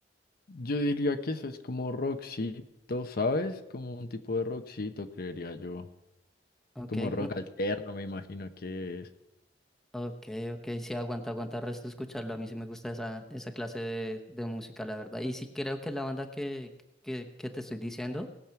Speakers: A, on the left; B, in the centre.
A: Yo diría que eso es como rockcito, ¿sabes? Como un tipo de rockcito, creería yo.
B: Ok,
A: Como rock
B: no,
A: alterno, me imagino que es.
B: ok, ok, sí, aguanta, aguanta el resto de escucharlo. A mí sí me gusta esa, esa clase de, de música, la verdad. Y sí creo que la banda que, que, que te estoy diciendo